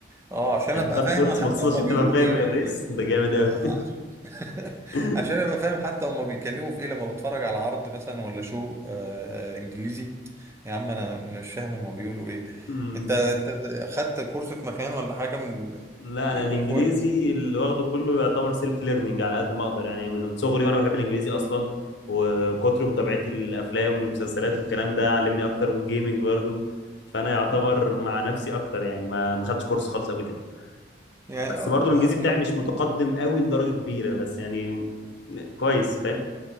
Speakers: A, on the right (about 15°); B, on the left (about 85°).
A: اه عشان
B: يعني
A: أبقى
B: انت خدت
A: فاهم
B: كورس
A: حتى
B: مخصوص
A: هما
B: عشان
A: بيقولوا
B: تبقى فاهم
A: إيه
B: الريس
A: ولا فاهم
B: ده جامد
A: آه،
B: قوي
A: <laughs>
B: <laughs>
A: عشان ابقى فاهم حتى هما بيتكلموا في ايه لما بتفرج على عرض مثلا ولا شو آه آه انجليزي يا عم انا انا مش فاهم هما بيقولوا ايه
B: مم.
A: انت انت خدت كورس في مكان ولا حاجه من ال-
B: لا انا
A: يكون
B: الانجليزي
A: كويس
B: اللي واخده كله يعتبر سيلف ليرنينج على قد ما اقدر يعني من صغري وانا بحب الانجليزي اصلا وكتر متابعتي للافلام والمسلسلات والكلام ده علمني اكتر والجيمنج برضو فانا يعتبر مع نفسي اكتر يعني ما ما خدتش كورس خالص قبل كده
A: يعني
B: بس
A: آه،
B: برضو الانجليزي
A: انا
B: بتاعي مش متقدم قوي لدرجة كبيرة بس يعني كويس فاهم